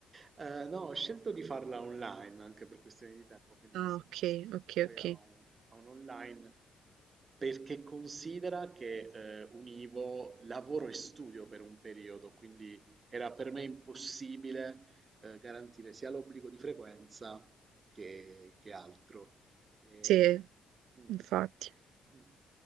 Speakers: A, on the right; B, on the right.
A: Eh, no, ho scelto di farla online anche per questioni di tempo, quindi
B: Ah,
A: mi sono
B: ok,
A: iscritto
B: ok,
A: poi
B: ok.
A: a un, a un online perché considera che eh, univo lavoro e studio per un periodo, quindi era per me impossibile eh, garantire sia l'obbligo di frequenza che, che altro. E,
B: Sì,
A: mm,
B: Infatti.
A: mm.